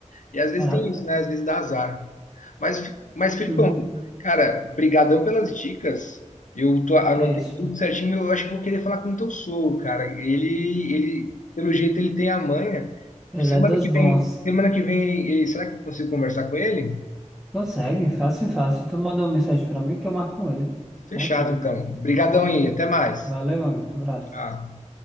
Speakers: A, on the left; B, in the centre.
A: E às
B: Caraca.
A: vezes tem isso, né? Às vezes dá azar. Mas, mas Felipão,
B: Uhum.
A: cara, brigadão pelas dicas. Eu tô, anotei
B: Que é isso?
A: tudo certinho, eu acho que vou querer falar com o teu sogro, cara. Ele, ele, pelo jeito, ele tem a manha.
B: Ele
A: Semana
B: é dos
A: que
B: bons.
A: vem, semana que vem, ele- será que eu consigo conversar com ele?
B: Consegue, fácil, fácil. Tu manda uma mensagem pra mim que eu marco com ele.
A: Fechado,
B: Tranquilo.
A: então. Brigadão aí, até mais.
B: Valeu, amigo. Abraço.
A: Tchau.